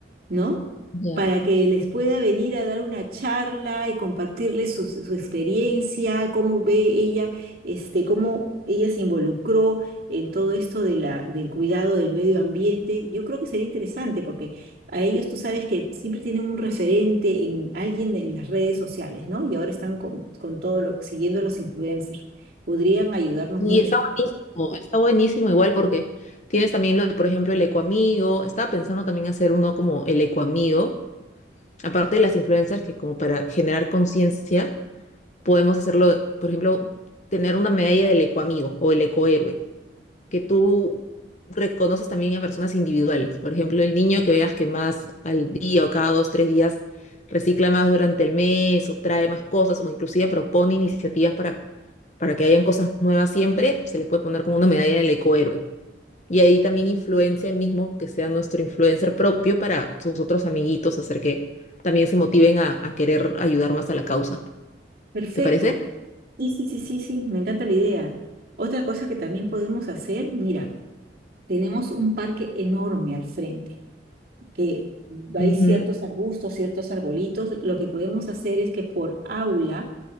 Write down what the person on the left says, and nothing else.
Ya.
Y
está buenísimo, está buenísimo igual porque tienes también lo de, por ejemplo, el ecoamigo. Estaba pensando también hacer uno como el ecoamigo, aparte de las influencers que como para generar conciencia, podemos hacerlo, por ejemplo, tener una medalla del ecoamigo o el ecohéroe. que tú reconoces también a personas individuales. Por ejemplo, el niño que veas que más al día o cada dos, tres días recicla más durante el mes o trae más cosas o inclusive propone iniciativas para, para que hayan cosas nuevas siempre, se le puede poner como una medalla del ecohéroe. Y ahí también influencia el mismo que sea nuestro influencer propio para sus otros amiguitos, hacer que también se motiven a, a querer ayudar más a la causa.
¿Te parece?
Ujú.